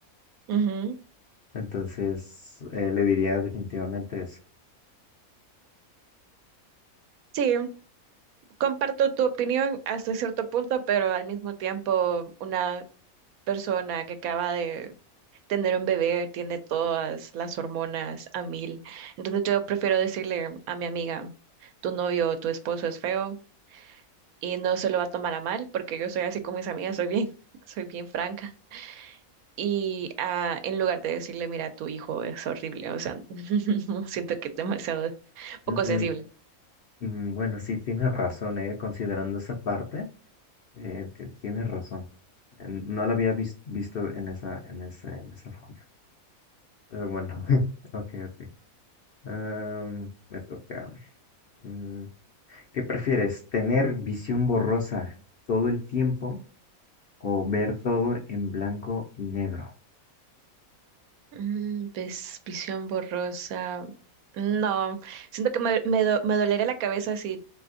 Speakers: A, on the right; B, on the left.
A: ujú.
B: Entonces, eh, le diría definitivamente eso.
A: Sí, comparto tu opinión hasta cierto punto, pero al mismo tiempo una persona que acaba de tener un bebé tiene todas las hormonas a mil. Entonces yo prefiero decirle a mi amiga, tu novio o tu esposo es feo y no se lo va a tomar a mal, porque yo soy así con mis amigas, soy bien, <laughs> soy bien franca. Y ah, en lugar de decirle, mira, tu hijo es horrible, o sea, <laughs> no, siento que es demasiado poco
B: Mm,
A: sensible.
B: mm, Bueno, sí, tienes razón, eh, considerando esa parte, eh, ti- tienes razón. Eh, No lo había vis- visto en esa, en ese, en esa forma. Pero bueno, <laughs> ok, ok. Am, me toca. Mm, ¿qué prefieres? ¿Tener visión borrosa todo el tiempo o ver todo en blanco y negro?
A: Mm, ves- visión borrosa. No, siento que me, me, do- me dolería la cabeza si